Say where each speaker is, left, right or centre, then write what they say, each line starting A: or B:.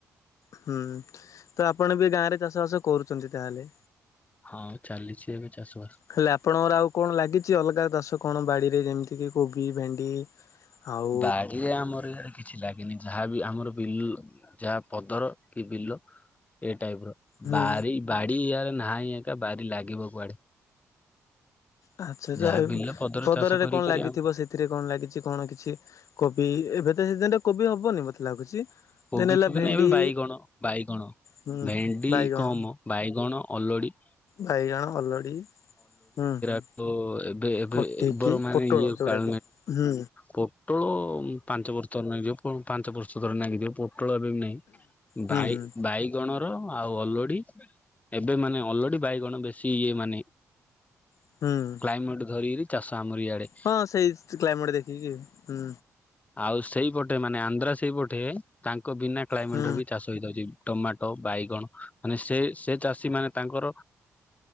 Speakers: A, on the left; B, on the left.
A: ହୁଁ ତ ଆପଣ ବି ଗାଁ ରେ ଚାଷ ବାସ କରୁଛନ୍ତି ତାହେଲେ?
B: ହଁ ଚାଲିଛି ଏବେ ଚାଷ ବାସ।
A: ହେଲେ ଆପଣଙ୍କର ଆଉ କଣ ଲାଗିଛି ଅଲଗା ଚାଷ କଣ ବାଡ଼ିରେ ଯେମିତିକି କୋବି ଭେଣ୍ଡି? ଆଉ
B: ବାଡି ଆମର କିଛି ଲାଗେ ଯାହାବି ଆମର ବିଲ ଯାହା ପଦର କି ବିଲ ଏ ଟାଇପ ର
A: ହୁଁ
B: ବାରି ବାଡି ଇୟାରେ ନାହିଁ ଏକା ବାରି ଲାଗିବ କୁଆଡେ।
A: ଆଚ୍ଛା
B: ଯାହା ବିଲ ପଦର
A: ପଦରରେ
B: ଚାଷ କରିକରି
A: କଣ ଲାଗିଥିବ
B: ଆମ
A: ସେଥିରେ କଣ ଲାଗିଛି କଣ କିଛି କୋବି ଏବେ ତ ସିଜନରେ କୋବି ହବନି ମତେ ଲାଗୁଛି
B: କୋବି
A: ଦେନ ହେଲା
B: ଫୋବି
A: ଭେଣ୍ଡି
B: ନା ଏବେ ବାଇଗଣ ବାଇଗଣ
A: ହୁଁ
B: ଭେଣ୍ଡି
A: ବାଇଗଣ
B: କମ ବାଇଗଣ ଅଲୋଡି
A: ବାଇଗଣ ଅଲଡି ହୁଁ ହୁଁ
B: ତ ଏବେ ଏବେ
A: କଟିକି
B: ବର ମାନେ
A: ପୋଟଳ
B: ଇଏ
A: ଯୋଉଟା
B: କାଳ
A: କି ହୁଁ
B: ପୋଟଳ ପାଞ୍ଚ ବର୍ଷ ରାଗିଯିବ ପାଞ୍ଚ ବର୍ଷ ଥରାଗିଯିବ ପୋଟଳ ଏବେ ବି ନାହିଁ ବାଇ
A: ହୁଁ ହୁଁ।
B: ବାଇକ୍ ଗଣ ର ଆଉ ଅଲୋଡି ଏବେ ମାନେ ଅଲୋଡି ବାଇଗଣ ବେଶୀ ଇଏ ମାନେ
A: ହୁଁ
B: ଟାଇମଟେ ଧରିକରି ଚାଷ ଆମର ଇଆଡ଼େ
A: ହଁ ସେଇ କ୍ଲାଇମେଟ ଦେଖିକି ହୁଁ।
B: ଆଉ ସେଇପଟେ ମାନେ ଆନ୍ଧ୍ରା ସେଇପଟେ ତାଙ୍କ ବିନା କ୍ଲାଇମେଟରେ
A: ହୁଁ।
B: ବି ଚାଷ ଛି ଟମାଟୋ ବାଇଗଣ ମାନେ ସେ ସେ ଚାଷୀ ମାନେ ତାଙ୍କର